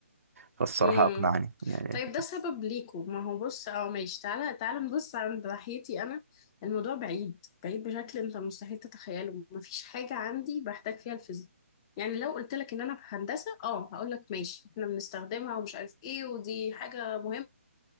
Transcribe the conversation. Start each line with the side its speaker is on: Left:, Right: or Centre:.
Right: فالصراحة
Left: امم
Right: أقنعني يعني
Left: طيب ده سبب ليكوا ما هو بص اه ماشي تعالى تعالى نبص عند ناحيتي انا الموضوع بعيد بعيد بشكل انت مستحيل تتخيله مفيش حاجة عندي بحتاج فيها الفيزياء يعني لو قلت لك ان انا في هندسة اه هقول لك ماشي احنا بنستخدمها ومش عارف ايه ودي حاجة مهمة